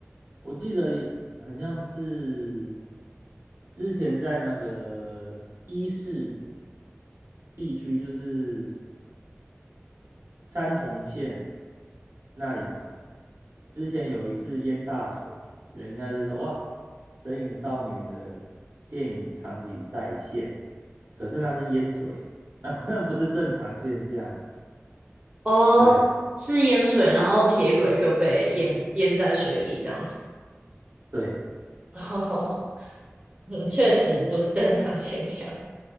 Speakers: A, on the right; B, on the right.
A: 我记得也很像是之前在那个伊势地区，就是三重县那里嘛。之前有一次淹大水，人家就说哇，《神隐少女》的电影场景再现，可是那是淹水，那 <laughs> 那不是正常现象。
B: 哦，
A: 对
B: 是淹水，然后铁轨就被淹淹在水里这样子。
A: 对，
B: <laughs> 嗯，确实不是正常现象，